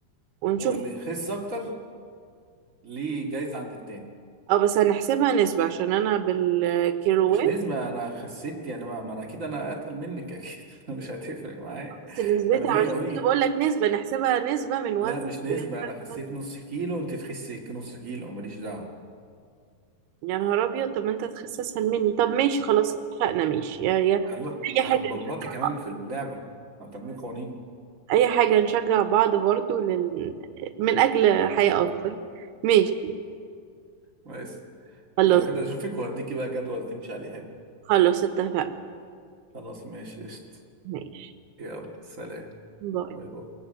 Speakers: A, on the right; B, on the right.
A: ونشوف
B: واللي يخس اكتر ليه جايزة عند التاني
A: اه بس هنحسبها نسبة عشان انا بالكيلوات
B: مش نسبة انا خسيت يعني ما, ما انا اكيد انا اتقل منك اكيد <laughs> مش هتفرق معايا
A: بس نسبتها
B: انا مية
A: عشان
B: وي
A: كده بقول لك نسبة نحسبها نسبة من
B: لا
A: وزن
B: مش نسبة
A: بنسبة
B: انا خسيت
A: لوزن.
B: نص كيلو وانت تخسي نص كيلو ماليش دعوة
A: يا نهار ابيض طب ما انت هتخس اسهل مني طب ماشي خلاص اتفقنا ماشي يا يا
B: يلا انت
A: اي حاجة
B: هتبلبطي
A: نشجع
B: كمان في اللعبة هتعملي قوانين
A: اي حاجة نشجع بعض برضو لل... من اجل حياة افضل ماشي
B: بس
A: خلاص
B: لو كده اشوفك وهديكي بقى جدول تمشي عليه حلو
A: خلاص اتفقنا
B: خلاص ماشي قشطة
A: ماشي
B: يلا سلام
A: باي
B: باي باي